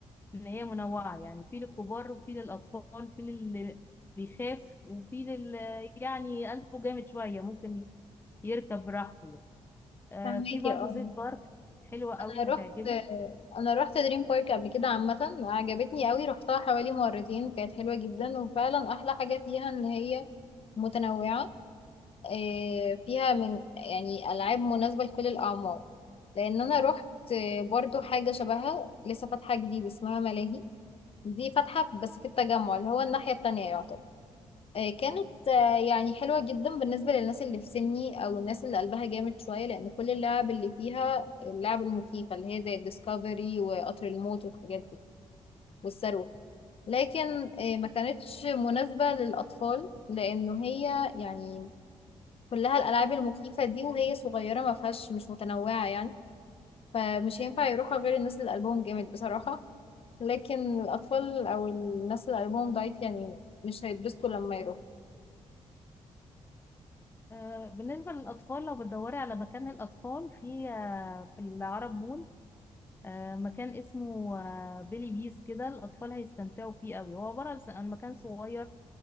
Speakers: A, on the left (about 20°); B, on the left (about 55°).
A: إن هي منوعة يعني في للكبار وفي للأطفال في للي بيخاف وفي لل يعني قلبه جامد شوية ممكن يركب براحته يعني. آه،
B: فهماكي
A: في برضو
B: اه
A: زيت بارك حلوة قوي
B: أنا رحت
A: هتعجبك
B: أنا رحت دريم بارك قبل كده عامة عجبتني قوي رحتها حوالي مرتين كانت حلوة جدا وفعلا أحلى حاجة فيها إن هي متنوعة آه، فيها من يعني ألعاب مناسبة لكل الأعمار لأن أنا روحت آه، برضو حاجة شبهها لسه فاتحة جديد اسمها ملاهي دي فاتحة بس في التجمع اللي هو الناحية التانية يعتبر آه، كانت آه، يعني حلوة جدا بالنسبة للناس اللي في سني أو الناس اللي قلبها جامد شوية لأن كل اللعب اللي فيها اللعب المخيفة اللي هي زي الديسكفري وقطر الموت والحاجات دي والصاروخ لكن آه، ما كانتش مناسبة للأطفال لأنه هي يعني كلها الالعاب المخيفه دي وهي صغيره ما فيهاش مش متنوعه يعني فمش هينفع يروحها غير الناس اللي قلبهم جامد بصراحه لكن الاطفال او الناس اللي قلبهم ضعيف يعني مش هيتبسطوا لما يروحوا
A: آه، بالنسبة للأطفال لو بتدوري على مكان للأطفال في آه، في العرب مول آه، مكان اسمه آه، بيلي بيس كده الأطفال هيستمتعوا فيه قوي هو عبارة عن مكان صغير